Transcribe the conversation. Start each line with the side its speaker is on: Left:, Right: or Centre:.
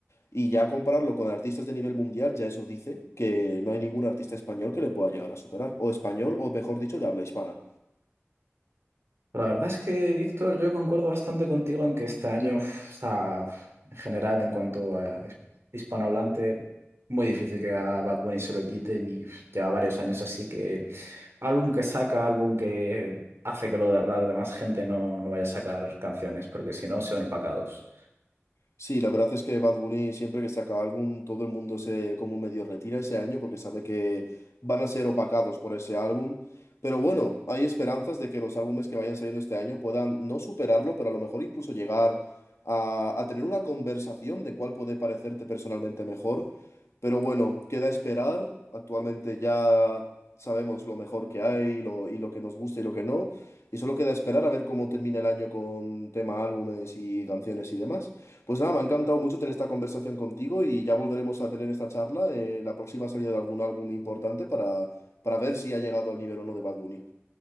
Left: Y ya compararlo con artistas de nivel mundial, ya eso dice que no hay ningún artista español que le pueda llegar a superar. O español, o mejor dicho, de habla hispana.
Right: La verdad es que, Víctor, yo concuerdo bastante contigo en que este año uf, está, uf, en general, en cuanto a his- hispanohablante, muy difícil que a Bad Bunny se lo quiten y uf, lleva varios años así que álbum que saca, álbum que hace que lo- la demás gente no, no vaya a sacar canciones, porque si no, se van opacados.
Left: Sí, la verdad es que Bad Bunny siempre que saca álbum, todo el mundo se como medio retira ese año porque sabe que van a ser opacados por ese álbum. Pero bueno, hay esperanzas de que los álbumes que vayan saliendo este año puedan no superarlo, pero a lo mejor incluso llegar a, a tener una conversación de cuál puede parecerte personalmente mejor. Pero bueno, queda esperar. Actualmente ya sabemos lo mejor que hay, lo, y lo que nos gusta y lo que no. Y solo queda esperar a ver cómo termina el año con tema álbumes y canciones y demás. Pues nada, me ha encantado mucho tener esta conversación contigo y ya volveremos a tener esta charla en la próxima salida de algún álbum importante para, para ver si ha llegado al nivel o no de Bad Bunny.